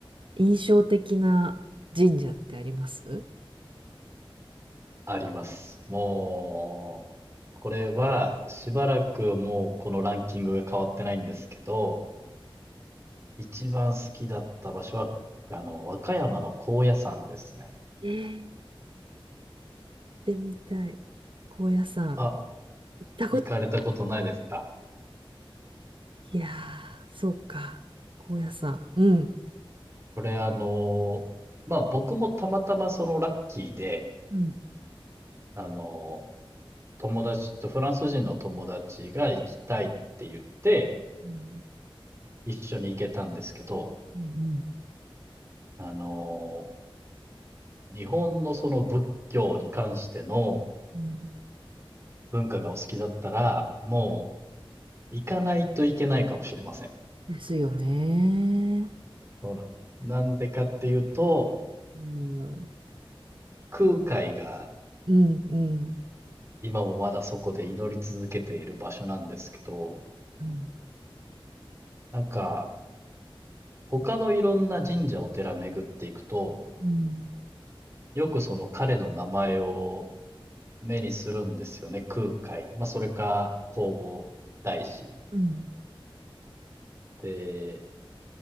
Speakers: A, on the right; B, on the right.
A: 印象的な神社ってあります？
B: あります。もう、これはしばらくもうこのランキングが変わってないんですけど、一番好きだった場所は、あの、和歌山の高野山ですね。
A: ええー。でみたい。神社さん
B: あ、
A: 行ったことな
B: 行かれたことないですか
A: いいやーそうか神社さんうん
B: これあの、まあ僕もたまたまそのラッキーで、
A: うん
B: あの、友達と、フランス人の友達が行きたいって言って、
A: うん
B: 一緒に行けたんですけど、
A: うん
B: あのー日本のその仏教に関しての
A: う
B: 文化がお好きだったら、もう行かないといけないかもしれません。
A: ん。ですよね。
B: そうなんですなんでかっていうと、
A: うんうん
B: 空海が
A: うん
B: 今もまだそこで祈り続けている場所なんですけど、
A: うん
B: なんか、他のいろんな神社お寺巡っていくと、
A: うん
B: よくその彼の名前を目にするんですよね、空海。まあ、それか、弘法大師。
A: うん
B: で、